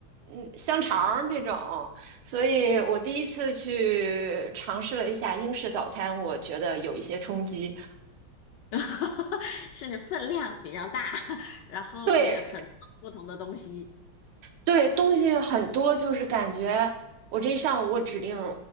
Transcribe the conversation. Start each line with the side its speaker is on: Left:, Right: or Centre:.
Right: 嗯香肠儿这种。
Left: 对，
Right: 所以我第一次去尝试了一下英式早餐，我觉得有一些冲击。
Left: <laughs> 是分量比较大，<laughs> 然后也很多不同的东西。
Right: 对，对，东西很多，就是感觉我这一上午我指定